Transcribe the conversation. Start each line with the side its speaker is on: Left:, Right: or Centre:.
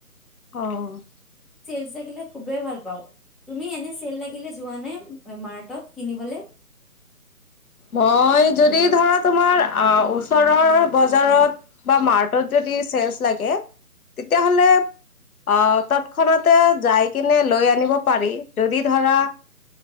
Left: অ'।
Centre: চে লাগিলে খুবেই ভাল পাওঁ, তুমি এনে চেল লাগিলে যোৱ নে মাৰ্টত? কিনিবলৈ
Left: মই যদি ধৰা তোমাৰ ওচৰৰ বজাৰত বা মাৰ্টত যদি ছেলচ লাগে তেতিয়াাহলে আহ তৎক্ষণতে যাই কিনে লৈ আনিব পাৰি যদি ধৰা